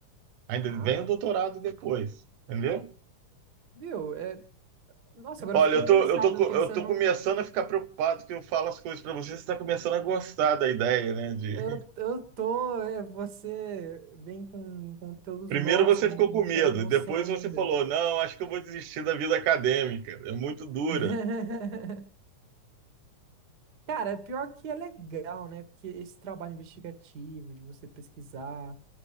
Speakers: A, on the right; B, on the right.
A: Ainda
B: Ah,
A: vem
B: tá.
A: o doutorado depois, entendeu?
B: Viu? É... Nossa, agora
A: Olha,
B: eu fiquei
A: eu
B: interessado
A: tô, eu tô, co-
B: que essa
A: eu tô
B: não.
A: começando a ficar preocupado que eu falo as coisas pra você, você tá começando a gostar da ideia, né? De...
B: Eu,
A: <laughs>
B: eu tô. é, Você vem com conteúdos
A: Primeiro
B: novos
A: você
B: que eu
A: ficou
B: não
A: com medo,
B: tinha noção
A: e depois você
B: ainda.
A: falou, não, acho que eu vou desistir da vida acadêmica, é muito dura.
B: <laughs> Cara, pior que é legal, né? Porque esse trabalho investigativo, de você pesquisar,